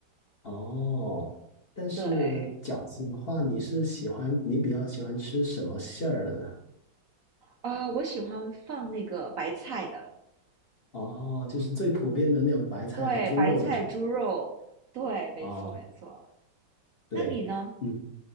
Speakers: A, on the left; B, on the right.
A: 哦，但是饺子的话，
B: 对，
A: 你是喜欢你比较喜欢吃什么馅儿的呢？
B: 啊，我喜欢放那个白菜的，
A: 哦，就是最普遍的那种白菜和猪肉的是吗
B: 对，白菜、猪肉，对，没错，
A: 哦，
B: 没错。
A: 对，
B: 那你呢？
A: 嗯。